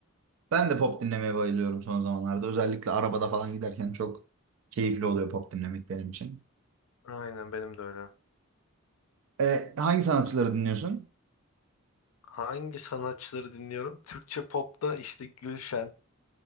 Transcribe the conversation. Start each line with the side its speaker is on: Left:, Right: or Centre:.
Right: Ben de pop dinlemeye bayılıyorum son zamanlarda. Özellikle arabada falan giderken çok keyifli oluyor pop dinlemek benim için.
Left: Aynen benim de öyle.
Right: E, hangi sanatçıları dinliyorsun?
Left: Hangi sanatçıları dinliyorum? Türkçe popta işte Gülşen.